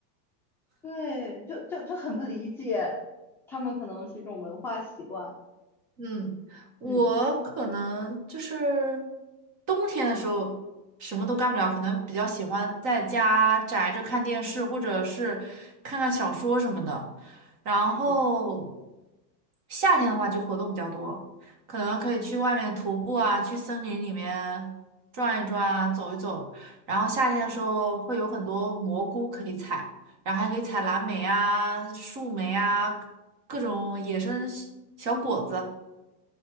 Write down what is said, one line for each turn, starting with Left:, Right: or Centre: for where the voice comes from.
Centre: 对，就就就很不理解，他们可能是一种文化习惯。
Right: 嗯，我可能就是
Centre: 嗯，
Right: 冬天的时候什么都干不了，可能比较喜欢在家宅着看电视，或者是看看小说什么的。然后
Centre: 嗯，
Right: 夏天的话就活动比较多，可能可以去外面徒步啊，去森林里面转一转啊，走一走。然后夏天的时候会有很多蘑菇可以采，然后还可以采蓝莓啊、树莓啊，各种野生小小果子。